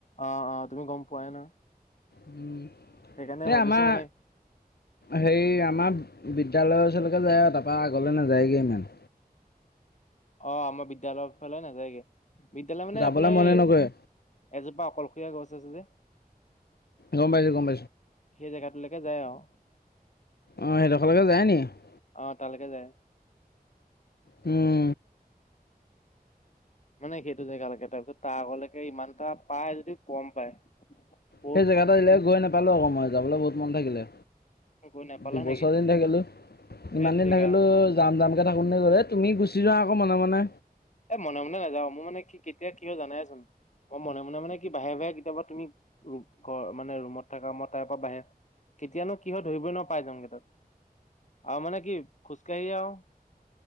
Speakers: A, on the left; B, on the left.
A: অ' অ' তুমি গম পোৱাই নহয়,
B: উম,
A: সেইকাৰণে
B: এই
A: ভাবিছো
B: আমাৰ।
A: মানে
B: হেৰি, আমাৰ বিদ্যালয়ৰ ওচৰলৈকে লে আহে, আৰু তাৰপৰা আগলৈ নাযায়গৈ ইমান।
A: অ আমাৰ বিদ্য়ালয়ৰ ফালে নাযায়গে বিদ্য়ালয় মানে
B: যাবলৈ
A: আপোনাৰ
B: মনে
A: এই <unintelligible>
B: নকৰে
A: এজোপা অকলশৰীয়া গছ আছে যে,
B: গম পাইছোঁ গম পাইছোঁ।
A: সেই জেগাাতোলৈকে যায় আৰু,
B: অঁ সেইডোখৰকে যায় নি <unintelligible>
A: অ' তালৈকে যায়।
B: উম'
A: মানে, সেইটো জেগালৈকে তাৰপিছত তাৰ আগলৈকে ইমান এটা পাই যদি কম পায়। বহুত
B: সেই জেগা টোলৈ গৈ নাপালো আকৌ মই যাবলৈ বহুত মন থাকিলে।
A: গৈ নাপালা
B: দুবছৰ
A: নেকি?
B: দিন থাকিলোঁ।
A: হেত
B: ইমান দিন
A: তেৰিকা।
B: থাকিলো, যাম যামকে থাকোঁতে গ'ছৈ তুমি গুচি যোৱা আকৌ মনে মনে।
A: এ মনে মনে নাযাওঁ। মোৰ মানে কি কেতিয়া কিয় জানাইচোন। মই মনে মনে মানে কি বাহিৰে বাহিৰে কেতিয়াবা তুমি ঘৰ মানে ৰুমত থাককা মই তাৰ পৰা বাহিৰ, কেতিয়ানো কি হয় ধৰিবই নোৱাৰি পাই যাওগৈ তাত। আৰু মানে কি, খোজকাঢ়ি আৰু।